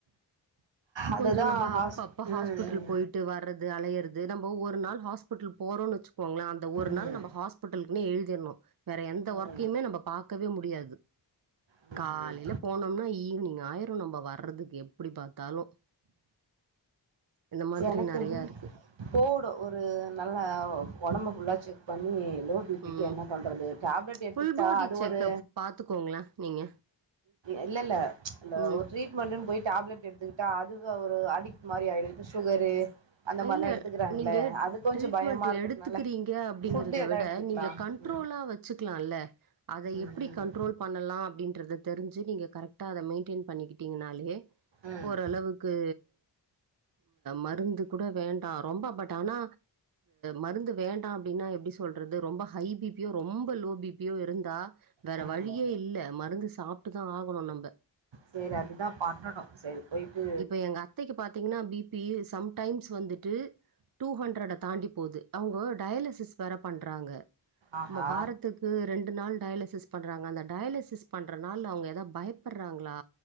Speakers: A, on the right; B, on the right.
A: அதுதா
B: கொஞ்ச நம்ம
A: ஹாஸ்
B: அப்ப அப்ப ஹாஸ்பிட்டல்
A: ம்
B: போயிட் வர்றது அலையறது நம்ம ஒரு நாள் ஹாஸ்பிட்டல் போறோ வச்சுக்கோங்கள அந்த ஒரு
A: ம்
B: நாள் நம்ம ஹாஸ்பிட்டல் பிட்டலுக்கு எழுதிடணு வேற எந்த
A: ம்
B: ஒர்க்கையுமே நம்ம பாக்கவே முடியாது
A: ம்
B: காலைல போனோம்னா ஈவினிங் ஆயிரும் நம்ம வர்றதுக்கு எப்படி பாத்தாலு மாதிரி
A: எனக்குது
B: நெறையா இருக்கு
A: போவனு ஒரு நல்ல உடம்பு ஃபுல்லா செக் பண்ணி லோ பபிக்கு
B: ம்
A: என்ன பண்றது டப்லெட் எடுத்துக்கிட்டா
B: ஃபுல் பாடி
A: அது
B: செக்கப்
A: ஒரு
B: பாத்துக்கோங்களே நீங்க
A: இல்ல இல்ல அந்த
B: ம்
A: ஒரு ட்ரீட் மென்ட் போய் டப்லெட் எடுத்துக்கிட்டா அதுக்கு ஒரு அடிக்ட் மாதிரி ஆயிரு இந்த சுகரு அந்த மாரிலா
B: இல்ல
A: எடுத்துக்கிறாங்கள
B: நீங்க
A: அது கொஞ்சோ
B: ட்ரீட்மெண்ட்
A: பயமா இருக்கறதுனால
B: எடுத்துக்கிறீங்க அப்படிங்கறத
A: ஃபுட் எதா
B: விட
A: எடுத்துக்கலா
B: நீங்க கண்ட்ரோலா
A: ம்
B: வச் ச்சுக்கலால்ல அத
A: ம்
B: எப்படி கண்ட்ரோல் பண்ணலா அப்படின்றத தெரிஞ்சு நீங்க கரெக்டா அத மெயின்டென் பண்ணிக்கிட்டீங்கனாலே
A: ம்
B: ஓரளவு க்கு மருந்துக் கூட வேண்டா ரொம்ப பட் ஆனா மருந்து வேண்டா அப்படின்னா எப்படி சொல்றது ரொம்ப ஹை பிபியோ ரொம்ப லோ பிபியோ இருந்தா வேற
A: ம்
B: வழியே
A: ம்
B: இல்ல மருந்து சாப்பிட்டுதா ஆகணு நம்ம
A: செரி அதுதா பண்ணணு செரி போயிட்டு
B: இப்ப எங்க அத்தைக்கு பாத்தீங்கன்னா பி பி சம் டைம்ஸ் வந்துட்டு டூ ஹண்ரட் தாண்டி போகுது அவங்க டயலிசிஸ் வேற பண்றாங்க
A: ஆஹா!
B: அமா வாரத்துக்கு ரெண்டு நாள் டயலிசிஸ் பண்றாங்க அந்த டயலிசிஸ் பண் ற நாள அவங்க ஏதாது பயப்படுறாங்களா